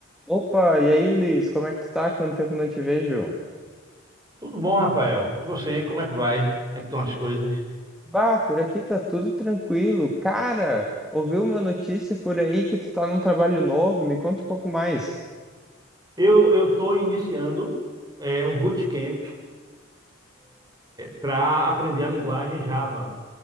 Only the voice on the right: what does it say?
Tudo bom, Rafael? E você, como é que vai? Como é que estão as coisas?
Eu eu estou iniciando é, um bootcamp para aprender a linguagem Java